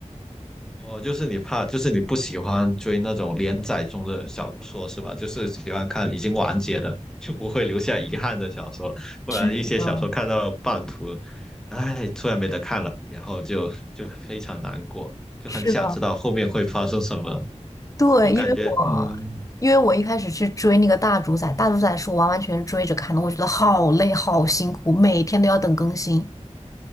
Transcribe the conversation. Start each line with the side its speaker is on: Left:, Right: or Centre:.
Centre: 哦，就是你怕，就是你不喜欢追那种连载中的小说是吧？就是喜欢看已经完结的，就不会留下遗憾的小说。不然一些小说看到半途，
Left: 是的，
Centre: 哎，突然没得看了，然后就就非常难过，就很想知道后面会发生什么。
Left: 是的，对，
Centre: 就感觉，
Left: 因为我因为我一开始去追那个大主宰，
Centre: 嗯，
Left: 大主宰是我完完全全追着看的，我觉得好累好辛苦，每天都要等更新。